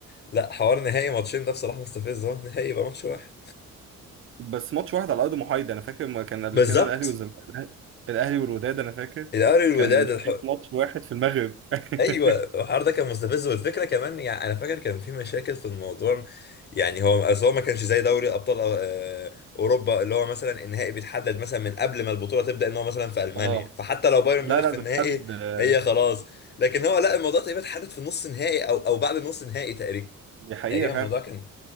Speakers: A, on the left; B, on the right.
A: لا حوار نهائي ماتشين ده بصراحة مستفز اهو نهائي يبقى ماتش واحد
B: بس ماتش واحد على ارض محايده انا فاكر ما كان قبل
A: بالظبط
B: كده الاهلي والزمالك الاهلي والوداد انا فاكر
A: الأهلي
B: كان
A: والوداد الح...
B: ماتش واحد في المغرب <laughs>
A: ايوه الحوار ده كان مستفز والفكرة كمان يعني انا فاكر كان في مشاكل في الموضوع يعني هو اصل هو ما كانش زي دوري ابطال آه، اوروبا اللي هو مثلا النهائي بيتحدد مثلا من قبل ما البطولة تبدأ ان هو مثلا في ألمانيا
B: اه
A: فحتى لو بايرن
B: لا
A: ميونخ
B: لا
A: في
B: ده
A: النهائي
B: اتحدد آه،
A: هي خلاص لكن هو لا الموضوع تقريبا اتحدد في النص نهائي او او بعد النص نهائي تقريبا
B: دي حقيقه
A: تقريبا
B: فاهم
A: الموضوع كان